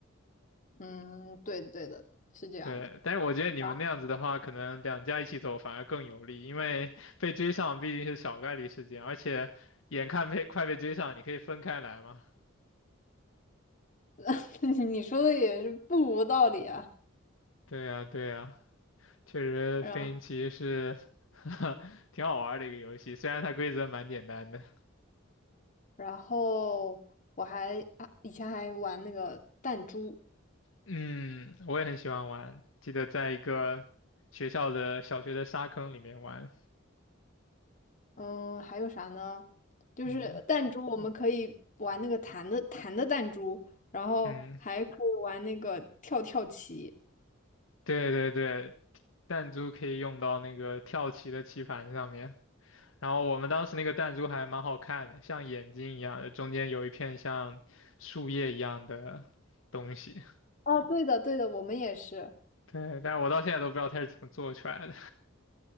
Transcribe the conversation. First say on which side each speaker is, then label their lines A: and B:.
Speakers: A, on the left; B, on the left.
A: 嗯，对的对的，是这样的。
B: 对，但是我觉得你们那样子的话，
A: 啊，
B: 可能两家一起走反而更有利，因为被追上毕竟是小概率事件，而且眼看被快被追上，你可以分开来嘛。
A: <laughs> 你说的也是不无道理啊。
B: 对呀，对呀，确实飞行棋是
A: 然
B: <laughs> 挺好玩儿的一个游戏，虽然它规则蛮简单的。
A: 然后我还啊，以前还玩那个弹珠。
B: 嗯，我也很喜欢玩，记得在一个学校的小学的沙坑里面玩。
A: 嗯，还有啥呢？就是弹珠，
B: 嗯
A: 我们可以玩那个弹的弹的弹珠，然后还可以玩那个跳跳棋。
B: 嗯，对对对，弹珠可以用到那个跳棋的棋盘上面。然后我们当时那个弹珠还蛮好看的，像眼睛一样的，中间有一片像树叶一样的东西。
A: 哦，对的，对的，我们也是。
B: 对，但是我到现在都不知道它是怎么做出来的。